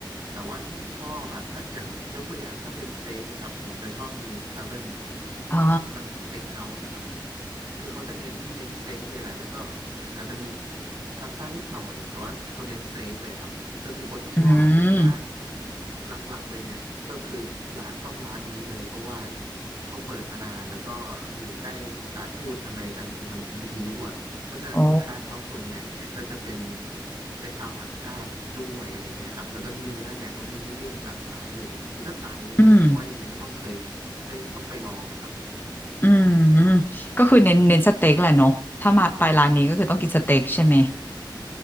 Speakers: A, on the right; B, on the left.
A: แต่ว่าที่ชอบอะถ้าอย่างยกตัวอย่างถ้าเป็นสเต็กอะครับผมจะชอบ News Tavern
B: อ๋อ
A: มันสเต็กเฮาส์อะครับ คือเขาจะเน้นเน้นสเต็กเลยแหละแล้วก็อาจจะมีพาสต้านิดหน่อยแต่ว่าเขาเน้นสเต็กเลยอะครับ ก็คือคนที่ชอบเนื้อ
B: อืม
A: หลักๆเลยเนี่ยก็คือร้านต้องร้านนี้เลยเพราะว่าเขาเปิดมานานแล้วก็อยู่ใกล้สถานทูตอเมริกันตรงถนนวิทยุอ่ะ เพราะฉะนั้นลูกค้าเขาส่วนใหญ่เนี่ยก็จะเป็น
B: โอ้
A: เป็นชาวต่างชาติด้วยอะไรเงี้ยครับแล้วก็เนื้อเนี่ยเขามีให้เลือกหลากหลายเลยคือถ้าสายเนื้อผมว่ายังไงก็ต้องเคย
B: อืม
A: ได้ต้องไปลองอะครับ
B: อืม อืม ก็คือเน้นเน้นสเต็กแหละเนอะ ถ้ามาไปร้านนี้ก็คือต้องกินสเต็กใช่ไหม